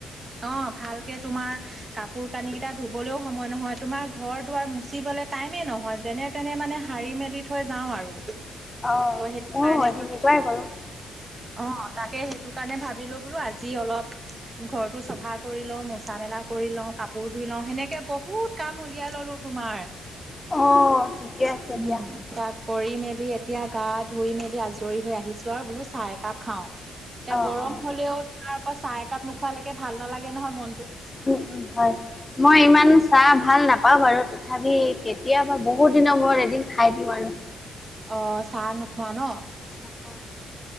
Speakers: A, on the right; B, on the left.
A: অ, ভালকে তোমাৰ কাপোৰ-কানি কেইটা ধবলেও সময় নহয়। তোমাৰ ঘৰ- দুৱাৰ মুচিবলে টাইমে নহয়। তেনে-তেনে মানে সাৰি মেলি থৈ যাওঁ আৰু। ত,
B: অ',
A: সেইটো
B: ময়ো
A: কাৰণে
B: সেনেকুৱাই
A: মাতটো
B: কৰোঁ।
A: অ, তাকে, সেইটো কাৰণে ভাবিলোঁ বোলোঁ, আজি অলপ ঘৰটো চাফা কৰি লওঁ মচি মুচা-মেলা কৰি লওঁ, কাপোৰ ধুই লওঁ, সেনেকে বহুত কাম উলিয়াই ললোঁ তোমাৰ।
B: অ', ঠিকে
A: উম,
B: আছে দিয়া
A: তাত কৰি মেলি, এতিয়া গা-ধুই মেলি আজৰি হৈ আহিছোঁ, আৰু বোলো চাহ একাপ খাওঁ। এতিয়া
B: অ',
A: গৰম
B: অ',
A: হলেও তোমাৰ আকৌ চাহ একাপ নোখোৱালৈকে ভাল নালাগে নহয় মনটো।
B: উম' উম' হয়, মই ইমান চাহ ভাল নাপাওঁ বাৰু তথাপি কেতিয়াবা বহুত দিনা মোৰ এদিন খাই দিওঁ আৰু।
A: অ' চাহ নোখোৱা ন?
B: নাখাওঁ।